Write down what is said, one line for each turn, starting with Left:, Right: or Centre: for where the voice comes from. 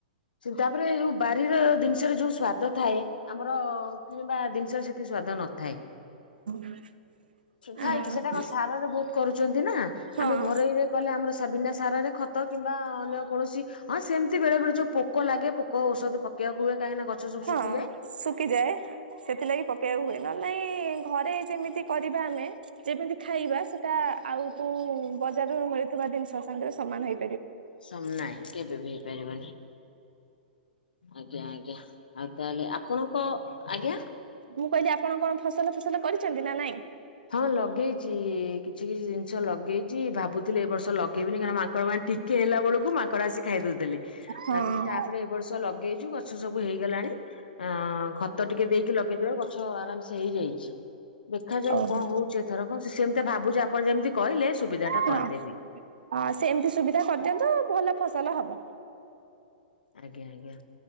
Left: ତାପରେ ଯୋଉ ବାରିର ଜିନିଷରେ ଯୋଉ ସ୍ଵାଦ ଥାଏ, ଆମର କିଣିବା ଜିନିଷରେ ସେତିକି ସ୍ଵାଦ ନଥାଏ।
Right: ହଁ <unintelligible> ଆଉ
Left: ଥାଇକି ସେଇଟା ଆମ ସାରରେ ବହୁତ କରୁଛନ୍ତି ନା,
Right: ହଁ
Left: ଆମେ ଘରେୋଇରେ କଲେ ଆମର ବିନା ସାରରେ ଖତ କିମ୍ବା ଅନ୍ୟ କୌଣସି, ହଁ ସେମିତି ବେଳେ ବେଳେ ଯୋଉ ପୋକ ଲାଗେ, ପୋକ ଔଷଧ ପକେଇବାକୁ ହୁଏ। କାହିଁକି ନା ଗଛ ସବୁ
Right: ହଁ
Left: ଶୁଖିଯାଏ।
Right: ଶୁଖିଯାଏ, ସେଥିଲାଗି ପକେଇବାକୁ ହୁଏ ନହଲେ ନାଇଁ ଘରେ ଯେମିତି କରି ଆମେ ଯେମିତି ଖାଇବା, ସେଟା ଆଉ କ ବଜାରରୁ ମିଳୁଥିବା ଜିନିଷ ସାଙ୍ଗରେ ସମାନ ହେଇ
Left: ସ ନହି କେବେ ବି ହେଇପାରିବନି। ଆଜ୍ଞା ଆଜ୍ଞା, ଆଉ ତାହେଲେ ଆପଣଙ୍କ, ଆଜ୍ଞା
Right: ମୁଁ କହିଲି ଆପଣ କଣ ଫସଲ ଫସଲ କରିଛନ୍ତି ନା ନାଇଁ?
Left: ହଁ ଲଗେଇଛି କିଛି କିଛି ଜିନିଷ ଲଗେଇଛି, ଭାବୁଥିଲି ଏ ବର୍ଷ ସ ଲେଇନି କହିଣକ ମାଙ୍କଡ ମାନେ ଟିକେ ହେଲା ବେ ଳକୁ ସକାଳେ ଆସି ଖାଇଦଉ,
Right: ହଁ।
Left: ଭାବିଲି ତାପରେ ଏ ବର୍ଷ ଲଗେଇଛୁ ଗଛ ସବୁ ହେଇଗଲାଣି ଅ ଖତ ଟିକେ ଦେଇକି ଲଗେଇଥିବ, ଗଛ ଆରାମସେ ହେଇଯାଇଛି, ଦେଖାଯାଉ
Right: ଓହୋ
Left: ହଉଛିଥର କ ସେ ସେମିତି ଭାବୁଛି ଆପଣ ଯେମିତି କହିଲେ ସୁବିଧା ଟା
Right: ହଁ
Left: କରିଦେବି
Right: ହଁ ସେମିତି ସୁବିଧା କରିଦିଅନ୍ତୁ, ଭଲ ଫସଲ ହବ।
Left: ଆଜ୍ଞା ଆଜ୍ଞା,